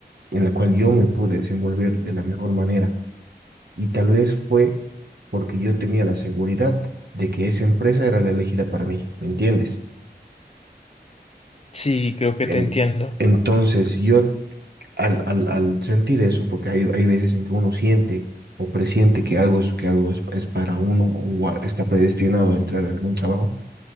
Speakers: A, on the right; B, on the left.
A: en la cual yo me pude desenvolver de la mejor manera. Y tal vez fue porque yo tenía la seguridad de que esa empresa era la elegida para mí, ¿me entiendes?
B: Sí, creo que
A: En-
B: te entiendo.
A: entonces yo al, al, al sentir eso, porque hay, hay veces en que uno siente o presiente que algo es, que algo es, es para uno o a- está predestinado a entrar en algún trabajo,